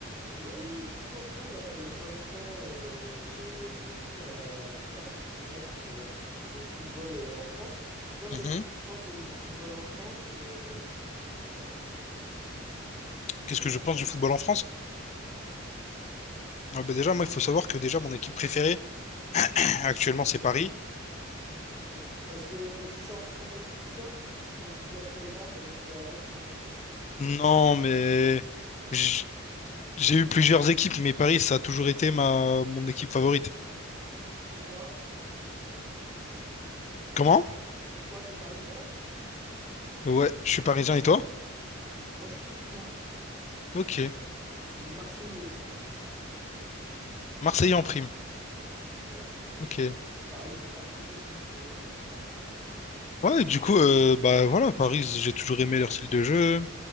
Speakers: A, on the right; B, on the left.
A: Ouais, du coup, Anto, là, il n'y a pas longtemps, euh, j'ai, j'ai vu un petit article là sur, euh, sur le football euh, en France. Toi,
B: Mhm.
A: qu'est-ce que tu penses euh, du football en France? Et, euh, et ouais.
B: Qu'est-ce que je pense du football en France?
A: Mhm.
B: Ah bah déjà, moi, il faut savoir que déjà, mon équipe préférée, <clears throat> actuellement, c'est Paris.
A: Ok. Parce que tu changes souvent d'équipe, c'est ça? Comme tu dis actuellement, ça veut dire qu'avant, c'était une autre équipe.
B: Non, mais j- j'ai eu plusieurs équipes, mais Paris, ça a toujours été ma mon équipe favorite.
A: Pourquoi?
B: Comment?
A: Pourquoi? T'es parisien?
B: Ouais, je suis parisien et toi?
A: Moi, je suis toulousain.
B: Ok.
A: Et marseillais aussi en prime.
B: Marseillais en prime.
A: Ouais. Donc,
B: Ok.
A: euh, Paris, c'est pas trop ce que je kiffe, mais vas-y, dis-moi.
B: Ouais, du coup, euh, bah voilà, Paris, j'ai toujours aimé leur style de jeu.